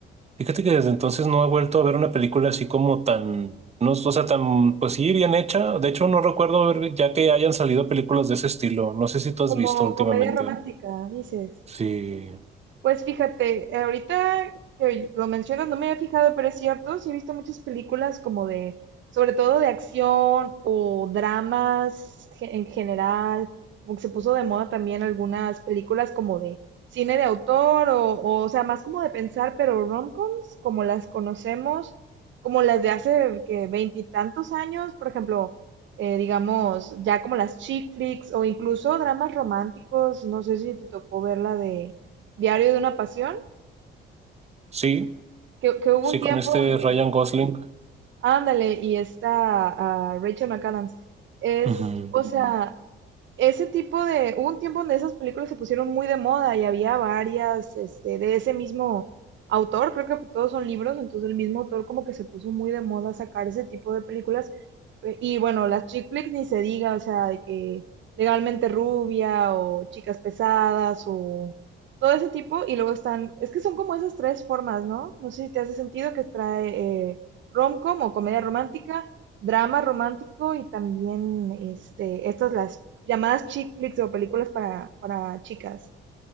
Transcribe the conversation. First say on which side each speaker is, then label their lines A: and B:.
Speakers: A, on the right; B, on the right.
A: Fíjate que desde entonces no he vuelto a ver una película así como tan, no, o sea, tan, pues sí, bien hecha. De hecho, no recuerdo ver ya que hayan salido películas de ese estilo. No sé si tú has
B: Como
A: visto últimamente.
B: comedia romántica, dices.
A: Sí,
B: Pues fíjate, ahorita que lo mencionas, no me había fijado, pero es cierto, sí he visto muchas películas como de, sobre todo de acción o dramas ge- en general, como que se puso de moda también algunas películas como de cine de autor o, o, o sea, más como de pensar, pero romcoms, como las conocemos, como las de hace que veintitantos años, por ejemplo, eh, digamos, ya como las chick flicks o incluso dramas románticos, no sé si te tocó ver la de Diario de una pasión,
A: sí,
B: que, que hubo
A: sí,
B: un tiempo
A: con este
B: donde,
A: Ryan Gosling.
B: ándale, y está Rachel McAdams. Es,
A: Ujú.
B: o sea, ese tipo de, hubo un tiempo donde esas películas se pusieron muy de moda y había varias, este, de ese mismo autor, creo que todos son libros, entonces el mismo autor como que se puso muy de moda sacar ese tipo de películas. eh, Y bueno, las chick flicks ni se diga, o sea, de que legalmente rubia o chicas pesadas o todo ese tipo. Y luego están, es que son como esas tres formas, ¿no? No sé si te hace sentido que trae eh, rom-com o comedia romántica, drama romántico y también este, estas las llamadas chick flicks o películas para, para chicas.